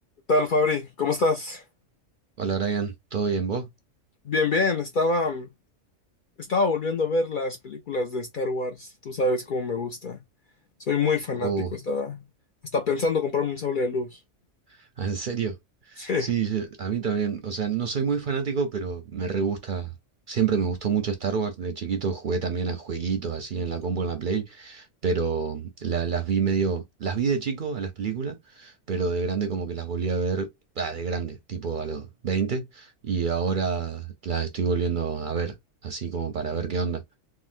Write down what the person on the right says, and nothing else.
Hola Brian, ¿todo bien vos?
Oh,
<laughs> ¿en serio?
Sí, yo- a mí también, o sea, no soy muy fanático, pero me re gusta, siempre me gustó mucho Star Wars, de chiquito jugué también a jueguitos así en la combo, en la Play, pero la- las vi medio, las vi de chico a las películas, pero de grande como que las volví a ver, ah, de grande, tipo a los 20, y ahora las estoy volviendo a ver, así como para ver qué onda,